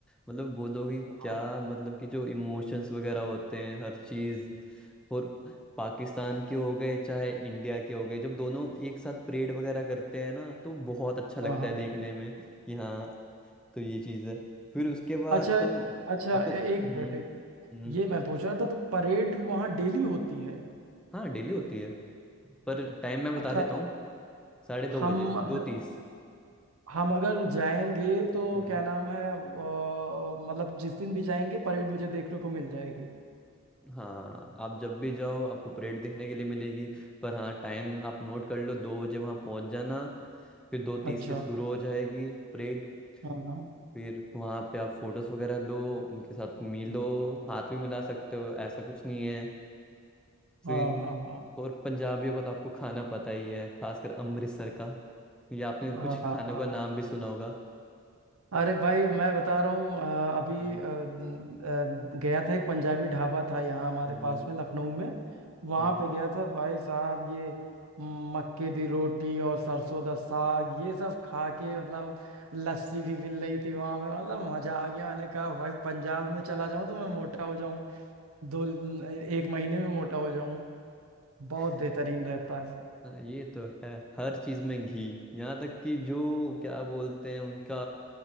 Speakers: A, in the centre; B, on the right (about 70°).
A: मतलब बोलोगे क्या
B: हाँ
A: मतलब कि जो इमोशंस वगैरह होते हैं हर चीज और पाकिस्तान के हो गए चाहे इंडिया के हो गए जब दोनों एक साथ परेड वगैरह करते हैं ना तो बहुत अच्छा लगता
B: हाँ हाँ।
A: है देखने में कि हाँ तो ये चीज है फिर उसके बाद
B: अच्छा
A: तुम
B: अच्छा
A: आपको
B: ए-
A: हम्म
B: एक मिनट एक मिनट
A: हम्म
B: ये मैं पूछ रहा था तो परेड वहाँ डेली होती है
A: हाँ डेली होती है पर टाइम मैं बता
B: अच्छा
A: देता हूँ साढ़े दो
B: हम
A: बजे
B: अगर
A: दो तीस
B: हम अगर जाएंगे तो
A: हम्म।
B: क्या नाम है अ, मतलब जिस दिन भी जाएंगे परेड मुझे देखने को मिल जाएगी
A: हाँ आप जब भी जाओ आपको परेड देखने के लिए मिलेगी पर हाँ टाइम आप नोट कर लो दो बजे वहाँ पहुँच जाना फिर दो तीस
B: अच्छा
A: से शुरू हो जाएगी परेड
B: हाँ हाँ
A: फिर वहाँ पे आप फोटोज वगैरह लो उनके साथ मिलो हाथ भी मिला सकते हो ऐसा कुछ नहीं है फिर
B: हाँ हाँ हाँ
A: और पंजाबियों का तो आपको खाना पता ही है खासकर अमृतसर का ये आपने
B: हाँ
A: कुछ
B: हाँ
A: खानों
B: हाँ
A: का नाम भी सुना होगा
B: अरे भाई मैं बता रहा हूँ अ, अभी
A: हम्म,
B: अ, न- अ, गया था एक पंजाबी ढाबा था यहाँ हमारे
A: हम्म,
B: पास में लखनऊ में वहाँ
A: हम्म।
B: पे गया था भाई साहब ये मक्के दी रोटी और सरसों दा साग ये सब खा के मतलब लस्सी भी मिल रही थी वहाँ पे मतलब मजा आ गया मैंने कहा भाई पंजाब में चला जाऊँ तो मैं मोटा हो जाऊँ दो न- एक महीने में मोटा हो जाऊँ बहुत
A: <laughs>
B: बेहतरीन रहता है
A: हाँ, ये तो है हर चीज में घी यहाँ तक कि जो क्या बोलते हैं उनका